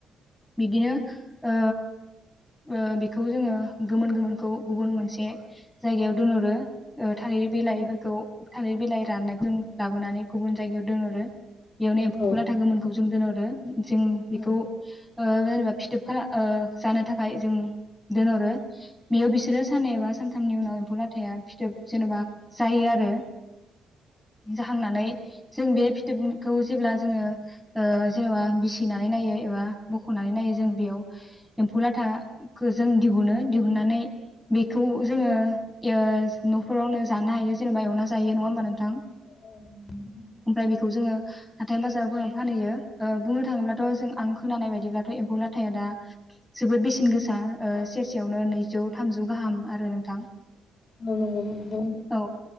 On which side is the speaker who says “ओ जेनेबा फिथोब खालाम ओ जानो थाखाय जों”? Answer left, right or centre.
Centre